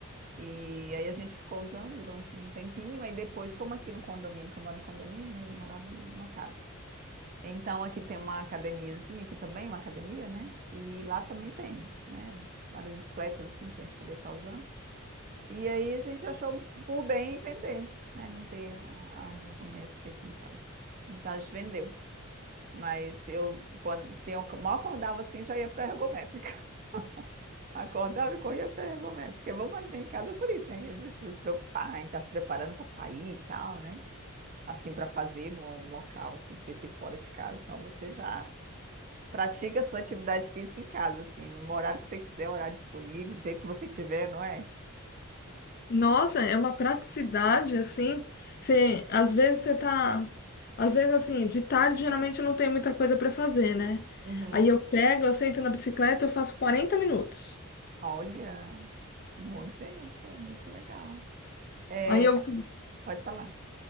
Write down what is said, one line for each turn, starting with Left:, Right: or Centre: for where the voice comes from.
Right: E aí a gente ficou usando durante um tempinho, aí depois, como aqui no condomínio, que eu moro em condomínio, né? Ele morava em uma casa. Então aqui tem uma academiazinha aqui também, uma academia, né? E lá também tem, né? Várias bicicletas assim para a gente poder estar usando. E aí a gente achou por bem vender, né? Não ter a, a ergométrica aqui em casa. Então a gente vendeu. Mas eu, quando tinha, mal acordava assim, já ia para a ergométrica. <laughs> Acordava e corria para a ergométrica. É bom quando tem em casa por isso, né? Que a gente precisa se preocupar em estar se preparando para sair e tal, né? Assim, para fazer no, no local, assim, específico fora de casa. Então você já pratica a sua atividade física em casa, assim, no horário que você quiser, horário disponível, do jeito que você tiver, não é?
Left: Nossa, é uma praticidade assim. Você, às vezes você tá, às vezes assim, de tarde geralmente eu não tem muita coisa para fazer, né?
Right: Uhum.
Left: Aí eu pego, eu sento na bicicleta, eu faço 40 minutos.
Right: Olha. Muito tempo, muito legal. É,
Left: Aí eu,
Right: pode falar.